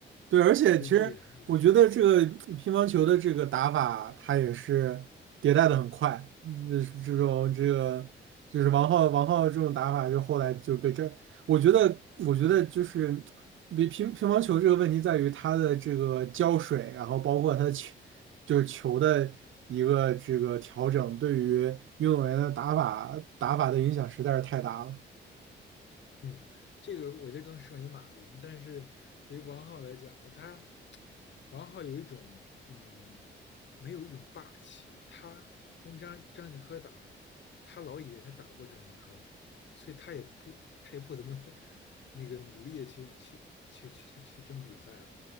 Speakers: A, on the right (about 75°); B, on the left (about 60°).
A: 对，而且其实我觉得这个乒乓球的这个打法，
B: 所以这也很有意思。
A: 它也是迭代的很快，嗯就是这种这个就是王浩王浩这种打法，就后来就被这，我觉得我觉得就是比乒乒乓球这个问题在于它的这个胶水，然后包括它的球就是球的一个这个调整，对于运动员的打法打法的影响实在是太大了，
B: 嗯，这个我觉得更适合于马林，但是对于王浩来讲的话，他王浩有一种嗯，没有一种霸气。他跟张张继科打，他老以为他打不过张继科，所以他也不他也不怎么 <laughs> 那个努力地去去去去去争比赛了。